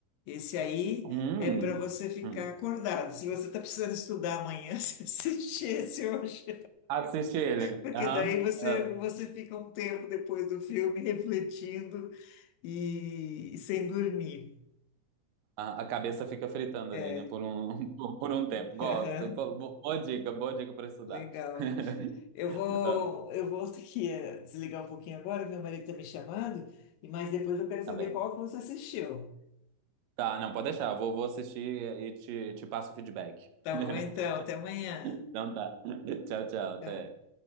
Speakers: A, on the left; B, on the right.
A: esse aí
B: Hum.
A: é para você ficar
B: Hum.
A: acordado. Se você está precisando estudar amanhã, <laughs> você assiste esse hoje.
B: Assiste ele.
A: Porque
B: Aham.
A: daí você,
B: Ah,
A: você fica um tempo depois do filme <laughs> refletindo e, e sem dormir.
B: A a cabeça fica fritando
A: É,
B: ali, né? Por um, <laughs> por por um
A: <laughs>
B: tempo. Gosto. Bo- bo- Boa dica, boa dica para estudar.
A: legal.
B: <laughs>
A: Eu vou,
B: Ah,
A: eu vou ter que eh, desligar um pouquinho agora, que meu marido está me chamando, e mas depois eu quero saber
B: Tá bem.
A: qual que você assistiu.
B: Tá, não, pode deixar. Vou, vou assistir e te, te passo o feedback.
A: Tá
B: <laughs>
A: bom, então, até amanhã.
B: Então tá. Tchau, tchau. Até.
A: Tchau.